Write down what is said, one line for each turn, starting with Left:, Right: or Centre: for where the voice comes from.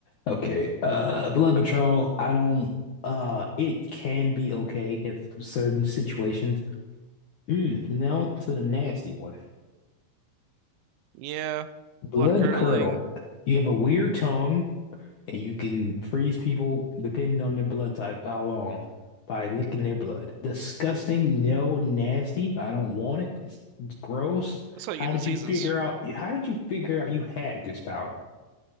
Left: Okay. Uh, blood control. I don't. Uh, it can be okay if certain situations. Mm, now to the nasty one.
Right: yeah,
Left: Blood
Right: blood curdling.
Left: curdle. You have a weird tongue. And you can freeze people depending on their blood type, how long, by licking their blood. Disgusting, no, nasty. I don't want it. It's, it's gross.
Right: That's how you
Left: How
Right: get diseases.
Left: did you figure out? How did you figure out you had this power?